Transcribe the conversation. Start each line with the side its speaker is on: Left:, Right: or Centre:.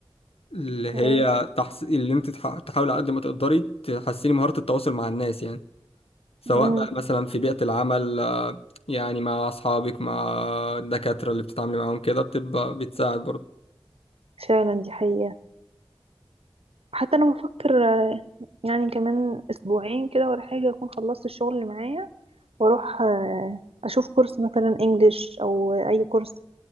Left: اللي هي
Right: ايه
Left: تحس... اللي انت تح... تحاولي على قد ما تقدري تحسيني مهارة التواصل مع الناس يعني سواء
Right: امم
Left: بقى مثلا في بيئة العمل آه، يعني مع أصحابك مع الدكاترة اللي بتتعاملي معاهم كده بتبقى بتساعد برضه
Right: فعلا دي حقيقة حتى انا بفكر آه، يعني كمان اسبوعين كده ولا حاجة اكون خلصت الشغل اللي معايا واروح آه، اشوف كورس مثلا انجليش او اي كورس